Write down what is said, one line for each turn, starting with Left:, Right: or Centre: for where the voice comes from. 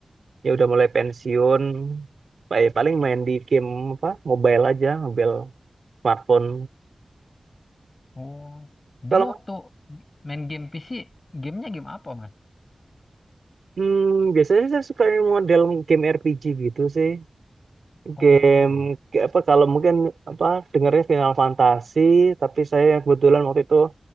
Right: ya udah mulai pensiun, Pa- paling main di game apa? Mobile aja, mobile smartphone.
Left: Oh,
Right: Kalau
Left: dulu waktu main game PC, gamenya game apa Mas?
Right: hmm, biasanya sih saya suka yang model game RPG gitu sih.
Left: Oh
Right: Game
Left: ya,
Right: ke- apa kalau mungkin apa dengarnya Final Fantasy, tapi saya kebetulan waktu itu